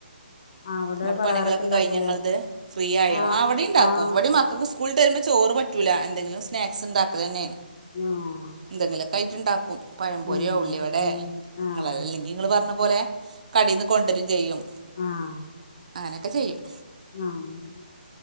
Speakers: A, on the left; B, on the right.
A: അവിടെ
B: ങ്ങട്ട്
A: പലഹാരൊക്കെ
B: പണികളൊക്കെ
A: ഉണ്ടാക്കൂലേ
B: കഴിഞ്ഞോ? നിങ്ങള്ത്. ഫ്രീ ആയോ?
A: ആഹ്
B: ആ ഇവി ടീം ണ്ടാക്കും,
A: ആഹ്
B: വിടീം മക്ക- സ്കൂൾ വിട്ട്‌ വരുമ്പോ ചോറ് പറ്റൂല എന്തെങ്കിലും സ്നാക്സ് ണ്ടാക്കലെന്നെയാണ്.
A: ആഹ്
B: എന്തെങ്കിലൊ- ക്കായിട്ടുണ്ടാക്കും. പഴംപൊരിയോ,
A: ഉം
B: ഉള്ളിവടെ.
A: ഉം ആഹ്
B: നിങ്ങള അല്ലെങ്കിൽ നിങ്ങൾ- പറഞ്ഞ പോലെ കടീന്ന് കൊണ്ടരും ചെയ്യും.
A: ആഹ്
B: അങ്ങനെയൊക്കെ ചെയ്യും.
A: ആഹ്